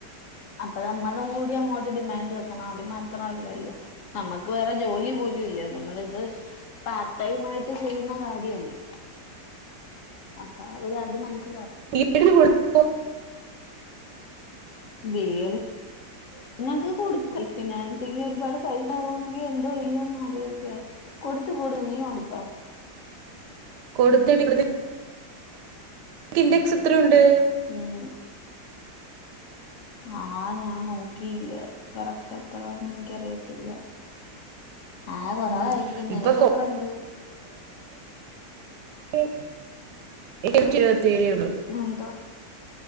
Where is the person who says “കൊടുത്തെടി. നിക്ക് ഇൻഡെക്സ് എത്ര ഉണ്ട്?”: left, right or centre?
Right